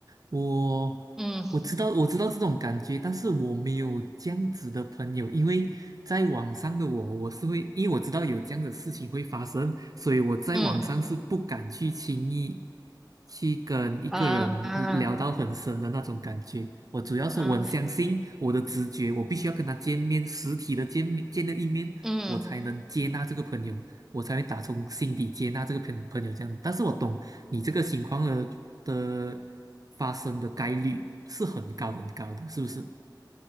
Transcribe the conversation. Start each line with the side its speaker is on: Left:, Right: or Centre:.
Right: 我我知道我知道这种感觉，
Centre: 嗯
Right: 但是我没有这样子的朋友，因为在网上的我，我是会，因为我知道有这样的事情会发生，所以我在网上是不敢去轻易
Centre: 嗯
Right: 去跟一个人聊到很深的那种感觉。
Centre: 啊啊
Right: 我主要是我很相信我的直觉，
Centre: 啊
Right: 我必须要跟他见面，实体的见面见了一面，
Centre: 嗯
Right: 我才能接纳这个朋友。我才会打从心底接纳这个朋朋友这样。但是我懂你这个情况的的发生的概率是很高很高的，是不是？